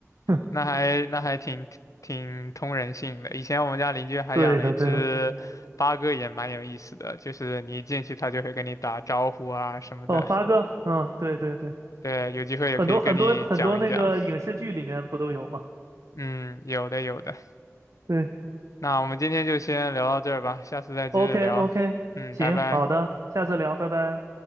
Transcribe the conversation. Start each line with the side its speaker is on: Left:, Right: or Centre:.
Right: <laughs>
Left: 那还那还挺挺通人性的。以前我们家邻居还养了一只八哥，
Right: 对的，对的。
Left: 也蛮有意思的，就是你一进去，它就会跟你打招呼啊什么的。
Right: 哦，八哥，嗯，对对对，
Left: 对，有机会也可以跟你讲一讲。
Right: 很多很多很多那个影视剧里面不都有嘛？
Left: 嗯，有的有的。
Right: 对
Left: 那我们今天就先聊到这儿吧，下次再接着聊。
Right: ，OK OK，
Left: 嗯，
Right: 行，
Left: 拜拜。
Right: 好的，下次聊，拜拜。